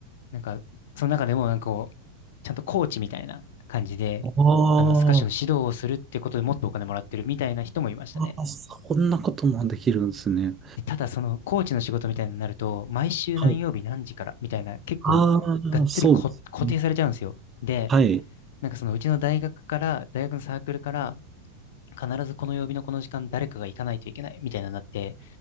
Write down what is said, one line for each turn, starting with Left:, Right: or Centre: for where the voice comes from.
Left: なんか、その中でもなんかこう、ちゃんとコーチみたいな感じで、
Right: ああ、
Left: あの、スカッシュの指導をするってことでもっとお金もらってるみたいな人もいましたね。
Right: ああ、そんなこともできるんですね。
Left: で、ただそのコーチの仕事みたいになると、毎週何曜日何時からみたいな、
Right: はい。
Left: 結構がっつりこ固定されちゃうんですよ。
Right: ああ、そうですね。
Left: で、
Right: はい。
Left: なんかそのうちの大学から、大学のサークルから、必ずこの曜日のこの時間誰かが行かないといけないみたいなのになって、